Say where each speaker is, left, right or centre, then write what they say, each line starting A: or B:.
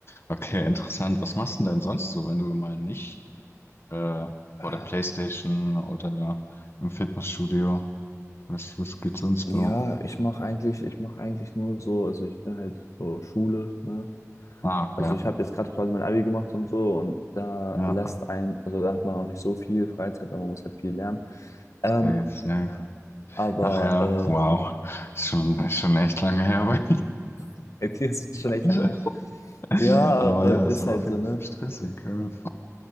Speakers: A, on the left; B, on the left.
A: Okay, interessant. Was machst du denn sonst so, wenn du mal nicht äh, vor
B: äh,
A: der PlayStation oder im Fitnessstudio. Was, was gibt's sonst,
B: ja,
A: Bro?
B: ich mache eigentlich, ich mache eigentlich nur so, also ich bin halt so Schule, ne?
A: Ah, ja.
B: Also ich habe jetzt gerade quasi mein Abi gemacht und so und da
A: Ja,
B: lässt ein, also da hat man auch nicht so viel Freizeit, weil man muss halt viel lernen. Ähm,
A: safe, safe.
B: aber
A: Ach ja,
B: äh,
A: wow. Ist schon, ist schon echt lange her bei
B: <laughs> bei dir ist es schon echt
A: mir.
B: lange her. Ja,
A: <laughs>
B: aber
A: Aber ja,
B: ist
A: es war
B: halt
A: auf
B: so,
A: jeden
B: ne?
A: Fall stressig. ja.